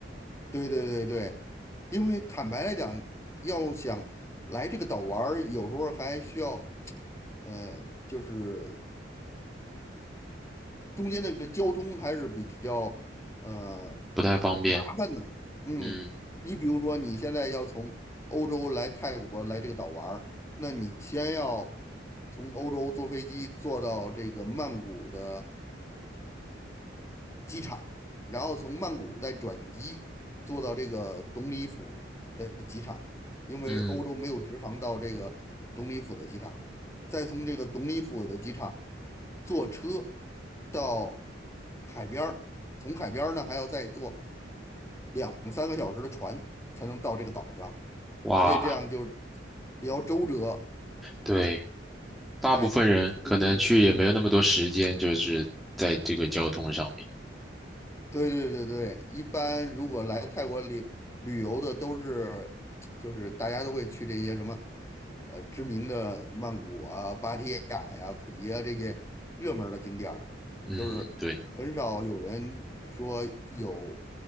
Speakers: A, on the left; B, in the centre.
A: 对对对对，因为坦白来讲，要想来这个岛玩儿，有时候还需要，呃，就是中间那个交通还是比较呃
B: 不太方便。
A: 麻烦的。嗯，
B: 嗯
A: 你比如说你现在要从欧洲来泰国来这个岛玩儿，那你先要从欧洲坐飞机坐到这个曼谷的。机场，然后从曼谷再转机坐到这个董里府的机场，因为欧洲没有直航到这个董里府的机场，
B: 嗯，
A: 再从这个董里府的机场坐车到海边儿，从海边儿呢还要再坐两三个小时的船才能到这个岛上，
B: 哇，
A: 所以这样就比较周折，
B: 对，大部分人可能去也没有那么多时间，
A: 在途中就嗯。
B: 就是在这个交通上面。
A: 对对对对，一般如果来泰国旅旅游的都是，就是大家都会去这些什么，呃，知名的曼谷啊、芭提雅呀、普吉啊这些热门儿的景点儿，
B: 嗯，
A: 就是很少有人说有
B: 对，